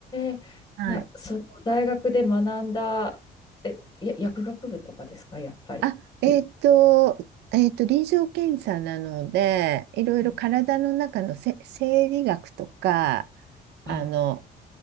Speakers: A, on the left (about 25°); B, on the right (about 80°).
A: えな、
B: はい。
A: その大学で学んだ、え、や薬学部とかですか、やっぱり。
B: あ、えっと、
A: い、
B: えっと、臨床検査なので、いろいろ体の中のせ生理学とか、
A: うん
B: あの、
A: あ、